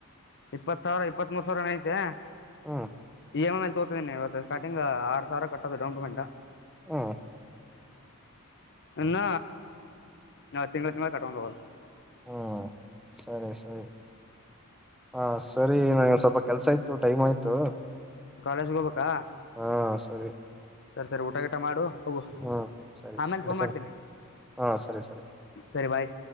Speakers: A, on the left; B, in the centre.
A: ಇಪ್ಪತ್ ಸಾವಿರ ಇಪ್ಪತ್ ಮೂರ್ ಸಾವಿರ ಏನ ಐತೆ
B: ಹ್ಮ್
A: ಗಮ ಮೇ ತೋರ್ಿದೀನ ಇವ ಸ್ಟಾರ್ಟಿಂಗ್ ಆರು ಸಾವಿರ ಕಟ್ಟೋ ಡಂಪಮೆಂಟ್
B: ಹ
A: ಇನ್ನ ನಾವ ತಿಂಗಳ ತಿಂಗಳ ಕಟ್ಕೊಂಡು ಹೋಗೋುದು
B: ಹಾ ಸರಿ ಸರಿ ಹಾ ಸರಿ ನನಗೆ ಸ್ವಲ್ಪ ಕೆಲ್ಸ ಆಯ್ತು ಟೈಮ್ ಆಯ್ತು
A: ಕಾಲೇಜ್ಗೆ ಹೋಗ್ಬೇಕಾ
B: ಹಾ ಸರಿ
A: ಸರಿ ಸರಿ ಊಟಗೀಟ ಮಾಡು ಹೋಗು
B: ಹ್ಮ್ ಸರಿ
A: ಆಮೇಲೆ
B: ಇಡ್ತೀನಿ
A: ಫೋನ್ ಮಾಡ್ತೀನಿ
B: ಹಾ ಸರಿ ಸರಿ
A: ಸರಿ ಬಾಯ್